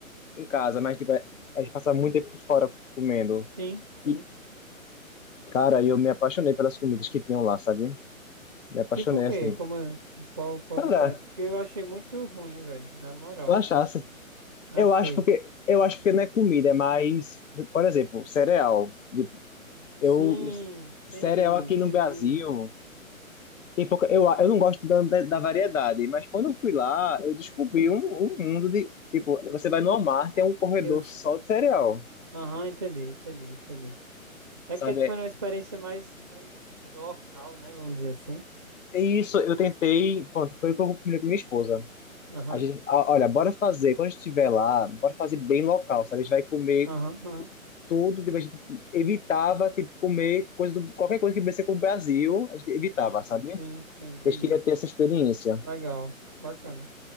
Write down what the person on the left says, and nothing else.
em casa, mas tipo, é, a gente passa muito tempo fora comendo.
E, cara, eu me apaixonei pelas comidas que tinham lá, sabe? Me apaixonei
assim.
Cara,
tu achasse?
Eu acho porque eu acho porque não é comida, é mais, por exemplo, cereal. Tipo, Eu
cereal
aqui
no Brasil tem pouca. Eu, eu não gosto da, da da variedade, mas quando eu fui lá, eu descobri um, um mundo de tipo, você vai no Walmart, tem um corredor
só de cereal,
sabe?
E isso eu tentei, pronto, foi o que eu combinei com minha esposa.
A gente, a- olha, bora fazer, quando a gente estiver lá, bora fazer bem local, sabe? A gente vai comer
tudo, tipo, a gente evitava, tipo, comer coisa do, qualquer coisa que viesse com o Brasil, a gente evitava,
sabe?
A gente queria ter essa experiência.